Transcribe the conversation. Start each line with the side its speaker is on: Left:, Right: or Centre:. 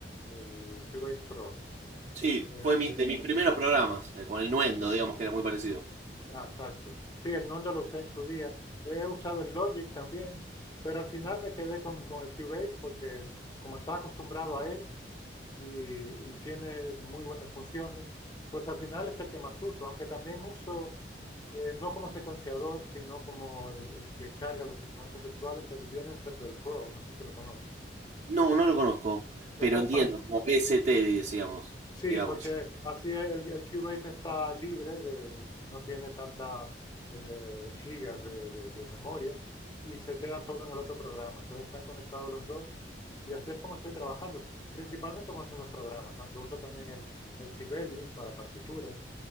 Left: el Cubase Pro.
Right: Sí,
Left: Eh,
Right: fue mi- de mis primeros programas, eh, con el Nuendo, digamos, que era muy parecido.
Left: ah, exacto. Sí, el Nondo lo usé en su día. He usado el Logic también, pero al final me quedé con, con el Cubase porque como estaba acostumbrado a él, y, y tiene muy buenas funciones, pues al final es el que más uso, aunque también uso eh, no como secuenciador, sino como el, el que carga los instrumentos virtuales, el Bien Ensemble Pro, no sé si lo conoces.
Right: No, no lo conozco,
Left: Eso
Right: pero entiendo,
Left: es para,
Right: como PST, decíamos,
Left: Sí,
Right: digamos.
Left: porque así el, el Cubase está libre, de- no tiene tantas gigas de, de- de memoria y se queda todo en el otro programa. Entonces están conectados los dos y así es como estoy trabajando, principalmente con esos dos programas, aunque uso también el, el Sibelius para partituras,